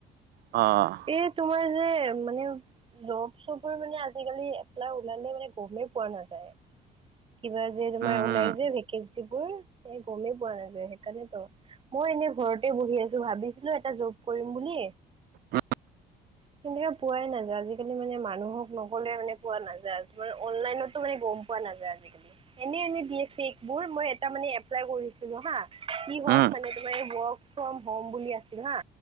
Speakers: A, on the right; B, on the right.
A: অ'।
B: এই তোমাৰ হে মানে জব চবৰ মানে আজিকালি এপ্লাই ওলালে মানে গমেই পোৱা নাযায়। কিবা যে তোমাৰ
A: উম,
B: ওলাই
A: উম,
B: যে ভেকেঞ্চিবোৰ, এ গমেই পোৱা নাযায় সেইকাৰনেতো। মই এনে ঘৰতে বহি আছোঁ, ভাবিছিলোঁ এটা জব কৰিম বুলি
A: উম,
B: <inaudible> কিন্তু হে পোৱাই নাযায়, আজিকালি মানে মানুহক নকলে মানে পোৱা নাযায়। অনলাইনতো মানে গম পোৱা নাযায়। আজি কালি। এনে বি এ চেকবোৰ মই এটা মানে এপ্লাই কৰিছিলোঁ হা কি হ'ল
A: উম,
B: মানে তোমাৰ এই ৱৰ্ক ফ্ৰম হ'ম বুলি আছিল হা,